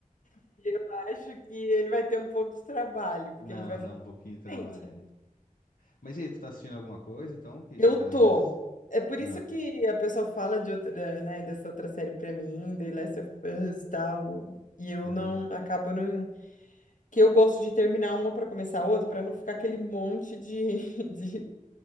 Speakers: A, on the left (about 65°); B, on the left (about 75°).
A: <laughs> Eu acho que ele vai ter um pouco de trabalho, porque
B: Não,
A: a gente vai ficar
B: dá um pouquinho de trabalho,
A: doente, né?
B: é. Mas e aí, tu tá assistindo alguma coisa, então? Que
A: Eu
B: isso, às
A: tô.
B: vezes.
A: É por
B: Ah,
A: isso que a pessoa fala de outra, né, dessa outra série pra mim, The Last of Us e tal. E eu
B: uhum.
A: não acabo não. Que eu gosto de terminar uma pra começar a outra, pra não ficar aquele monte de, <laughs> de